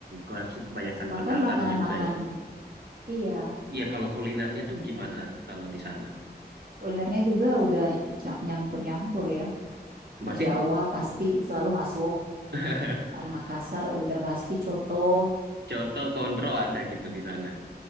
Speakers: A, on the right; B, on the right.
A: Berarti kebanyakan
B: Bahkan
A: pendatang
B: makanan-makanan,
A: juga ya.
B: iya,
A: Iya, kalau kulinernya tuh gimana kalau di sana?
B: kulinernya juga udah ca- nyampur-nyampur ya.
A: Berarti
B: Jawa pasti selalu masuk,
A: <laughs>
B: Eh, Makassar udah pasti coto,
A: Coto Konro ada gitu di sana.